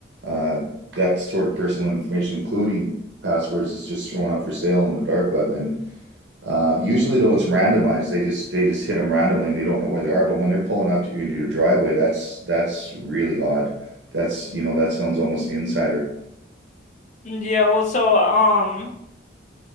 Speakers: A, on the right (about 60°); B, on the left (about 40°).
A: uh, that sort of personal information, including passwords, is just thrown up for sale on the dark web. And uh, usually, though, it's randomized. They just they just hit them randomly, and they don't know where they are. But when they're pulling up to you into your driveway, that's that's really odd. That's you know that sounds almost insider.
B: Yeah, well, so um,